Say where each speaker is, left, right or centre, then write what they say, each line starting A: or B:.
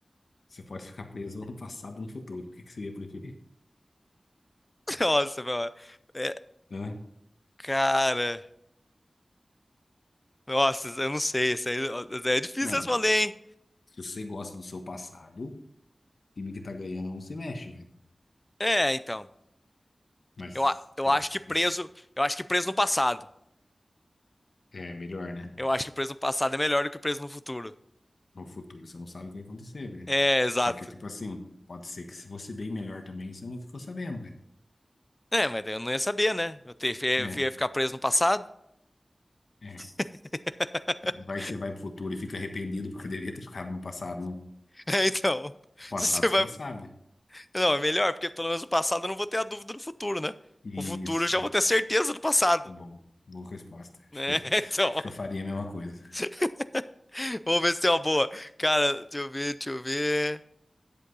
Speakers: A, on the left; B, on the left.
A: Você pode ficar preso no passado ou no futuro. O que que você ia preferir?
B: Nossa, meu. É,
A: Hã?
B: cara. Nossa, eu não sei. Isso aí, isso aí é difícil
A: Mano,
B: responder, hein?
A: se você gosta do seu passado, o time que tá ganhando não se mexe, velho.
B: É, então.
A: Mas
B: Eu, a- eu
A: pode
B: acho
A: ser.
B: que preso, eu acho que preso no passado.
A: É melhor, né?
B: Eu acho que preso no passado é melhor do que preso no futuro.
A: No futuro você não sabe o que vai acontecer, velho.
B: É, exato.
A: Só que, tipo assim, pode ser que se você bem melhor também, você não ficou sabendo, velho.
B: É, mas daí eu não ia saber, né? Eu te- ia
A: É.
B: ia ficar preso no passado.
A: é.
B: <laughs>
A: Vai que você vai pro futuro e fica arrependido porque deveria ter ficado no passado, né?
B: É, então.
A: O passado
B: Se Você vai...
A: você já sabe.
B: Não, é melhor, porque pelo menos no passado eu não vou ter a dúvida do futuro, né?
A: Isso.
B: O futuro eu já vou ter certeza do passado,
A: É bom. Boa resposta.
B: né?
A: Acho que eu, fa-
B: <laughs> Então.
A: acho que eu faria a mesma coisa.
B: <laughs> Vamos ver se tem uma boa. Cara, deixa eu ver, deixa eu ver.